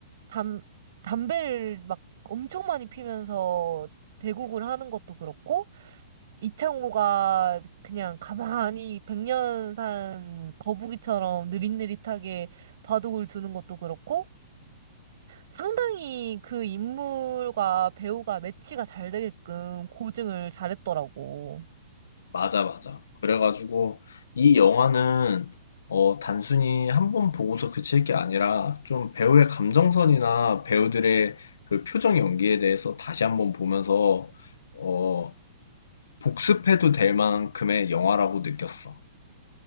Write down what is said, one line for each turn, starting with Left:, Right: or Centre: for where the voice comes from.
Right: 담, 담배를 막 엄청 많이 피면서 대국을 하는 것도 그렇고, 이창호가 그냥 가만히 백년산 거북이처럼 느릿느릿하게 바둑을 두는 것도 그렇고, 상당히 그 인물과 배우가 매치가 잘 되게끔 고증을 잘했더라고.
Left: 맞아, 맞아. 그래가지고 이 영화는 어, 단순히 한번 보고서 그칠 게 아니라 좀 배우의 감정선이나 배우들의 그 표정 연기에 대해서 다시 한번 보면서 어, 복습해도 될 만큼의 영화라고 느꼈어.